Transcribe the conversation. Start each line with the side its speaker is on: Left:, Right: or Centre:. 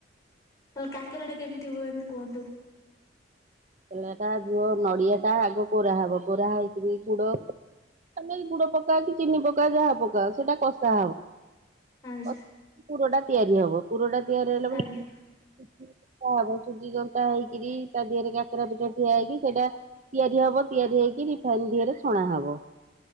Left: ତାହାଲେ କାକେରା ଟା କେମିତି ହୁଏନ୍ତ କୁହନ୍ତୁ।
Right: ପେଲାଟା ଝୁଅ ନଡ଼ିଆଟା ଆଗ କୋରା ହବ କୋରା ହେଇ କିରି ଗୁଡ଼ - ତମେଇ ଗୁଡ ପକା କି ଚିନି ପକା ଯାହା ପକା ସ ସେଟା କଷା ହବ
Left: ଆଚ୍ଛା
Right: କ ପୁର ଟା ତିଆରି ହବ। ପୁରଟା ତିଆରି ହେଲା <unintelligible>
Left: ଆଜ୍ଞା
Right: ସୁଜି ଯନ୍ତା ହେଇକିରି ତା ଦେହେରେ ଗାତ କାକେରା ପିଠା ଠିଆ ହେଇକି ସେଟା ତିଆରି ହବ ତିଆରି ହେଇକି ରିଫାଇନ ଦିହରେ ଛଣା ହବ।